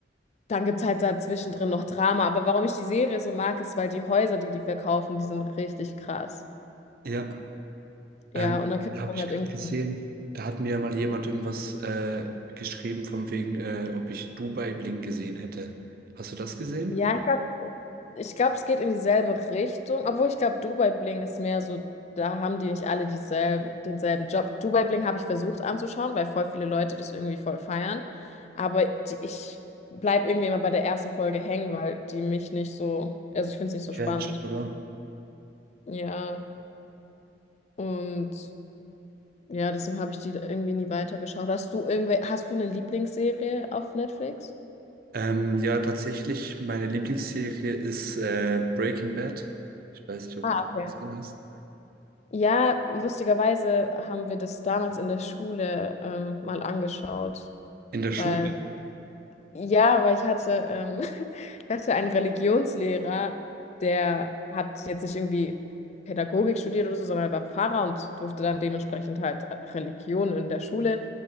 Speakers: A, on the left; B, on the right.
A: dann gibt es halt dazwischen drin noch Drama. Aber warum ich die Serie so mag, ist, weil die Häuser, die die verkaufen, die sind richtig krass.
B: Ja,
A: Ja,
B: ähm,
A: und dann kriegt
B: da habe
A: man
B: ich
A: halt
B: gerade
A: irgendwie.
B: gesehen, da hat mir mal jemand irgendwas äh, geschrieben von wegen, äh, ob ich Dubai Bling gesehen hätte. Hast du das gesehen?
A: Ja, ich glaub, Ich glaube, es geht in dieselbe Richtung, obwohl ich glaube, Dubai Bling ist mehr so, da haben die nicht alle dieselben, denselben Job. Dubai Bling habe ich versucht anzuschauen, weil voll viele Leute das irgendwie voll feiern. Aber die, ich bleibe irgendwie immer bei der ersten Folge hängen, weil die mich nicht so, also ich finde es nicht so
B: Catch,
A: spannend.
B: oder?
A: Ja, und ja, deswegen habe ich die irgendwie nie weitergeschaut. Hast du irgendwie, hast du eine Lieblingsserie auf Netflix?
B: Ähm, ja, tatsächlich, meine Lieblingsserie ist äh, Breaking Bad. Ich weiß nicht, ob
A: Ah,
B: du das
A: okay.
B: gesehen hast.
A: Ja, lustigerweise haben wir das damals in der Schule ähm, mal angeschaut.
B: In der Schule.
A: Weil, ja, weil ich hatte, ähm, <laughs> ich hatte einen Religionslehrer, der hat jetzt nicht irgendwie Pädagogik studiert oder so, sondern er war Pfarrer und durfte dann dementsprechend halt Religion in der Schule